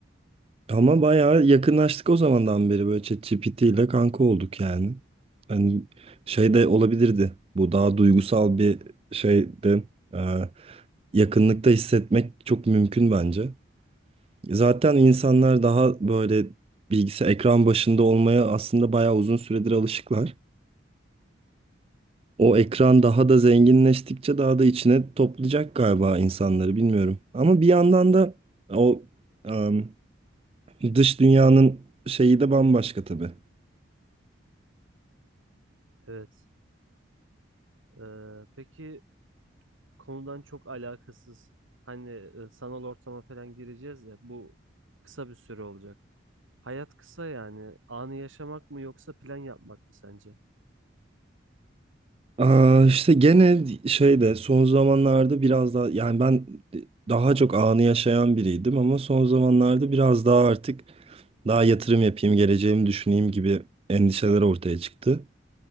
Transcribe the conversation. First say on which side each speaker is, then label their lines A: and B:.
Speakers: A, on the right (about 30°); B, on the right (about 85°).
A: Ama bayağı yakınlaştık o zamandan beri böyle ChatGPT ile kanka olduk yani. Hani şey de olabilirdi. Bu daha duygusal bir şeydi. Ee, yakınlıkta hissetmek çok mümkün bence. Zaten insanlar daha böyle bilgisayar ekran başında olmaya aslında bayağı uzun süredir alışıklar. O ekran daha da zenginleştikçe daha da içine toplayacak galiba insanları bilmiyorum. Ama bir yandan da o em, dış dünyanın şeyi de bambaşka tabii.
B: Evet. Ee, peki konudan çok alakasız. Hani e, sanal ortama falan gireceğiz ya bu kısa bir süre olacak. Hayat kısa yani. Anı yaşamak mı yoksa plan yapmak mı sence?
A: Aa, işte gene şeyde son zamanlarda biraz daha yani ben daha çok anı yaşayan biriydim ama son zamanlarda biraz daha artık daha yatırım yapayım, geleceğimi düşüneyim gibi endişeler ortaya çıktı.